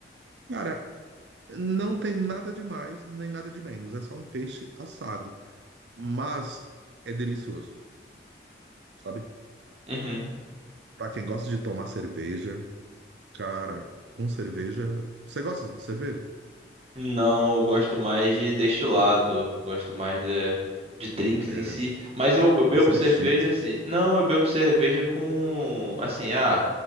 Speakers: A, on the right (about 80°); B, on the right (about 35°).
A: Cara, não tem nada de mais, nem nada de menos, é só um peixe assado, mas é delicioso, sabe?
B: uhum, uhum.
A: Pra quem gosta de tomar cerveja, cara, com cerveja. Você gosta de cerveja?
B: Não, eu gosto mais de destilado, gosto mais de, de drinks
A: É,
B: em si, mas eu, eu bebo
A: Você
B: cerveja
A: é chique.
B: assim. Não, eu bebo cerveja com assim, ah,